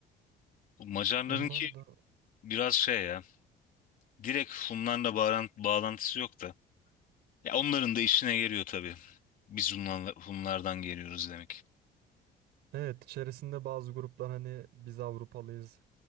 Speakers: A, on the left (about 55°); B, on the right (about 80°).
A: Bu Macarların
B: Onlar
A: ki
B: da
A: biraz şey ya. Direkt Hunlarla bağran- bağlantısı yok da. Ya onların da işine geliyor tabii. Biz Hunlarla, Hunlardan geliyoruz demek.
B: evet içerisinde bazı gruplar hani biz Avrupalıyız